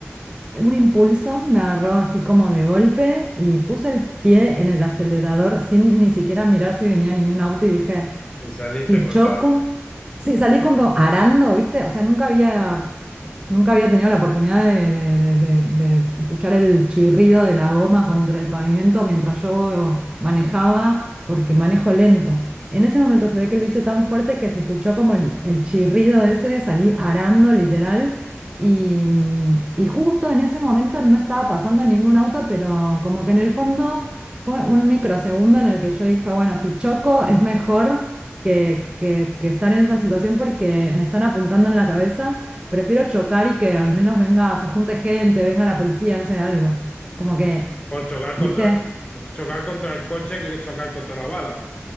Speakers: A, on the right; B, on the left.
A: un impulso me agarró así como de golpe y puse el pie en el acelerador sin ni siquiera mirar si venía ningún auto y dije,
B: y saliste
A: si
B: cortado.
A: Choco. Sí, salí como arando, ¿viste? O sea, nunca había, nunca había tenido la oportunidad de, de- de- de- de escuchar el chirrido de la goma contra el pavimento mientras yo manejaba, porque manejo lento. En ese momento se ve que lo hice tan fuerte que se escuchó como el, el chirrido ese, salí arando literal. Y, mm, y justo en ese momento no estaba pasando ningún auto, pero como que en el fondo fue un microsegundo en el que yo dije, bueno, si choco es mejor que, que, que estar en esta situación porque me están apuntando en la cabeza. Prefiero chocar y que al menos venga, se junte gente, venga la policía, no sé, algo. Como que,
B: Por chocar
A: ¿viste?
B: contra, chocar contra el coche que chocar contra la bala.